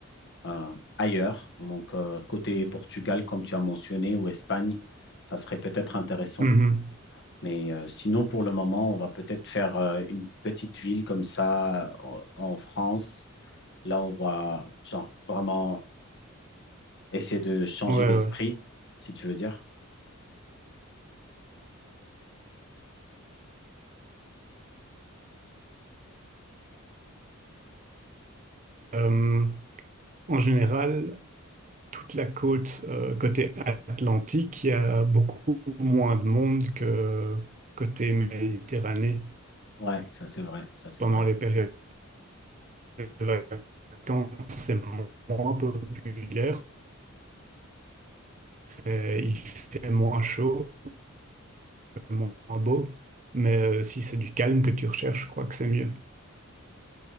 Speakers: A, on the left; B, on the right.
A: euh, ailleurs. Donc, euh, côté Portugal, comme tu as mentionné, ou Espagne, ça serait peut-être intéressant.
B: Mhm.
A: Mais euh, sinon, pour le moment, on va peut-être faire euh, une petite ville comme ça en en France. Là, on va genre, vraiment essayer de changer
B: Ouais,
A: d'esprit,
B: ouais.
A: si tu veux dire.
B: Euh, en général, toute la côte euh, côté Atlantique, il y a beaucoup moins de monde que côté Méditerranée.
A: Ouais, ça c'est vrai, ça c'est
B: Pendant
A: vrai.
B: les périodes de vacances, c'est moins populaire Euh, il fait moins chaud, moins beau, mais euh, si c'est du calme que tu recherches, je crois que c'est mieux.